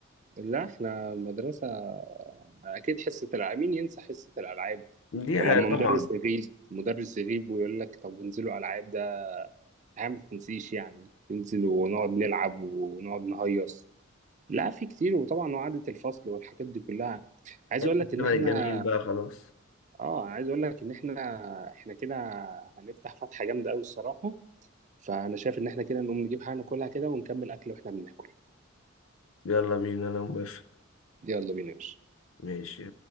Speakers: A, on the right; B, on the left.
A: لا احنا مدرسه اكيد حصه العاب مين ينسى حصه الالعاب
B: دي
A: ولما
B: حاجه طبعا
A: مدرس يغيب مدرس يغيب ويقول لك طب انزلوا العاب الحياة ما تتنسيش يعني ننزل ونقعد نلعب ونقعد نهيص لا في كتير وطبعا وعدة الفصل والحاجات دي كلها عايز اقول لك
B: الزمن
A: ان احنا
B: الجميل بقى خلاص
A: اه عايز اقول لك ان احنا احنا كده هنفتح فتحة جامدة قوي الصراحة فانا شايف ان احنا كده نقوم نجيب حاجة ناكلها كده ونكمل اكل واحنا بناكل
B: يلا بينا انا موافق
A: يلا بينا يا باشا
B: ماشي